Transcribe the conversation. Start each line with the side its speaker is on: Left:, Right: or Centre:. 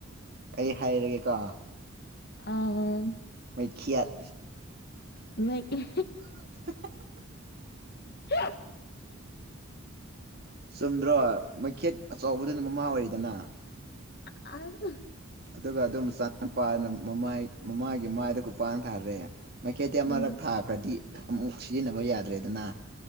Right: ꯑꯩ ꯍꯥꯏꯔꯒꯦꯀꯣ
Left: ꯑꯝ
Right: ꯃꯩꯈꯦꯠ
Left: ꯃꯩꯛ ꯏ
Right: <unintelligible>
Left: <unintelligible>
Right: ꯆꯨꯝꯗ꯭ꯔꯣ ꯃꯩꯈꯦꯠ ꯑꯆꯧꯕꯗꯨꯅ ꯃꯃꯥ ꯑꯣꯏꯔꯦꯗꯅ
Left: ꯑꯖ
Right: ꯑꯗꯨꯒ ꯑꯗꯨꯝ ꯆꯥ ꯄꯥꯗꯨꯅ ꯃꯃꯥꯏ ꯃꯃꯥꯒꯤ ꯃꯥꯏꯗ ꯈꯨꯄꯥꯡ ꯊꯥꯔꯦ ꯃꯩꯈꯦꯠꯇꯤ
Left: ꯎꯝ
Right: ꯑꯃꯔꯛ ꯊꯥꯈ꯭ꯔꯗꯤ ꯑꯃꯨꯛ ꯁꯤꯖꯤꯟꯅꯕ ꯌꯥꯗ꯭ꯔꯦꯗꯅ꯫